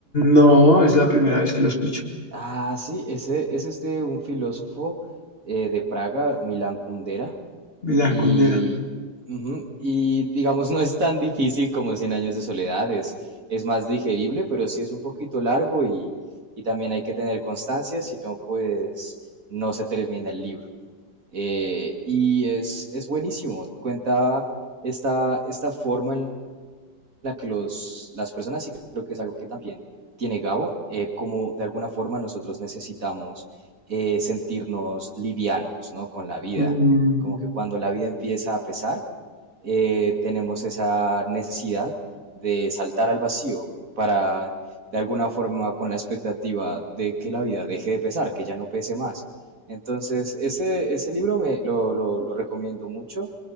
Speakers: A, on the left; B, on the right.
A: No, es la primera vez que lo escucho.
B: Ah, sí, ese es este un filósofo eh, de Praga, Milan Kundera.
A: La
B: Y,
A: Condera.
B: ujú, y digamos, no es tan difícil como Cien años de soledad, es, es más digerible, pero sí es un poquito largo y, y también hay que tener constancia, si no, pues no se termina el libro. Eh, y es, es buenísimo, cuenta esta, esta forma en la que los, las personas, y creo que es algo que también tiene Gabo, eh, como de alguna forma nosotros necesitamos eh, sentirnos livianos, ¿no? Con la vida.
A: Mm,
B: Como que cuando la vida empieza a pesar, eh, tenemos esa necesidad de saltar al vacío para, de alguna forma, con la expectativa de que la vida deje de pesar, que ya no pese más. Entonces, ese, ese libro me lo, lo- lo recomiendo mucho.